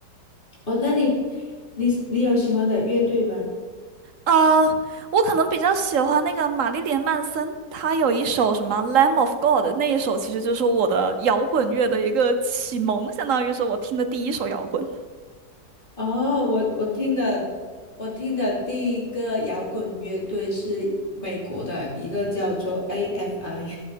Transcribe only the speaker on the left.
哦，那你你你有喜欢的乐队吗？
哦，我我听的我听的第一个摇滚乐队是美国的一个叫做 AFI。